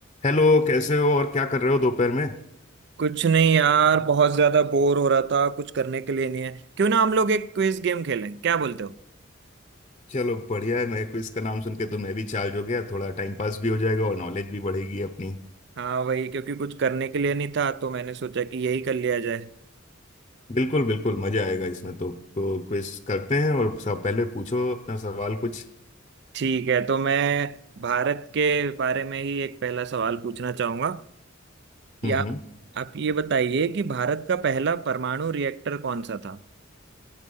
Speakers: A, on the left (about 30°); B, on the right (about 55°).
A: हेलो कैसे हो और क्या कर रहे हो दोपहर में
B: कुछ नहीं यार बहुत ज्यादा बोर हो रहा था कुछ करने के लिए नहीं है क्यों ना हम लोग एक क्विज गेम खेलें क्या बोलते हो
A: चलो बढ़िया है मैं क्विज का नाम सुन के तो मैं भी चार्ज हो गया थोड़ा टाइम पास भी हो जाएगा और नॉलेज भी बढ़ेगी अपनी
B: हाँ वही क्योंकि कुछ करने के लिए नहीं था तो मैंने सोचा कि यही कर लिया जाए
A: बिल्कुल बिल्कुल मजा आएगा इसमें तो तो क्विज करते हैं और सब पहले पूछो अपना सवाल कुछ
B: ठीक है तो मैं भारत के बारे में ही एक पहला सवाल पूछना चाहूंगा या
A: हम्म
B: आप
A: हम्म
B: आप ये बताइए कि भारत का पहला परमाणु रिएक्टर कौन सा था